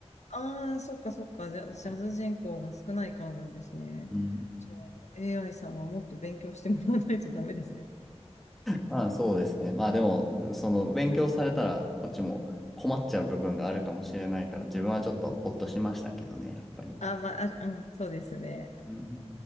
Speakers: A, on the left (about 85°); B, in the centre.
A: ああ、そっかそっか。ジャ、ジャズ人口が少ないからなんですね。
B: はいうん。
A: じゃあ、AI さんはもっと勉強してもらわないとダメですね。
B: まあそうですね。まあでも、その勉強されたらこっちも困っちゃう部分があるかもしれないから、自分はちょっとほっとしましたけどね、やっぱり。
A: あ、まあ、あ、うん、そうですね。
B: うん